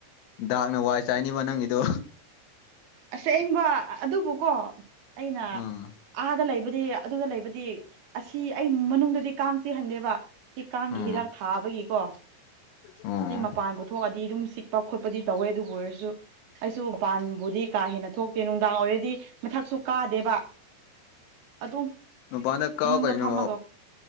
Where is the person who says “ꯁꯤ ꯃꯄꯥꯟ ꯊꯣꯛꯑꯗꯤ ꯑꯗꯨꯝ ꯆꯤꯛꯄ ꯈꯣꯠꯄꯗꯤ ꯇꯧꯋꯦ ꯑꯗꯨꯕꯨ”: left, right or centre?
Right